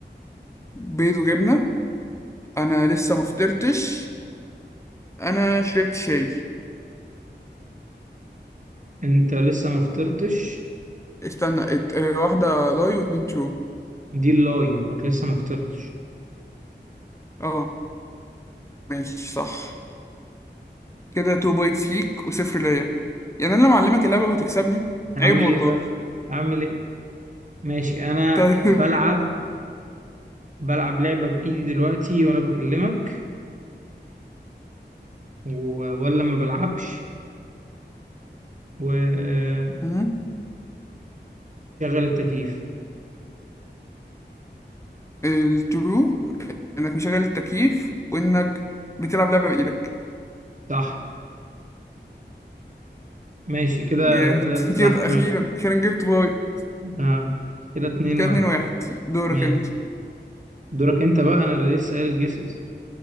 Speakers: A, on the left; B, on the right.
A: بيض وجبنه انا لسه ما فطرتش انا شربت شاي
B: انت لسه ما فطرتش
A: استنى ات- اه، واحده لاي واتنين ترو
B: دي اللاي انك لسه ما فطرتش
A: اه ماشي صح كده 2 بوينتس ليك وصفر ليا يعني انا لما اعلمك اللعبه وهتكسبني
B: اعمل
A: عيب والله
B: ايه طيب اعمل ايه ماشي
A: <laughs>
B: انا
A: طيب
B: بلعب
A: ماشي.
B: بلعب لعبة بايدي دلوقتي وانا بكلمك و... ولا ما بلعبش ومشغل
A: مم.
B: التكييف
A: الترو انك مشغل التكييف وانك بتلعب لعبه بايدك
B: صح ماشي كده
A: جامد
B: كده
A: <laughs>
B: صح
A: كده اخيرا
B: ماشي
A: اخيرا جبت بوينت
B: اه كده اتنين
A: كده
B: واحد
A: 2 1 دورك
B: ماشي
A: انت
B: دورك انت بقى انا اللي لسه قايل جيسز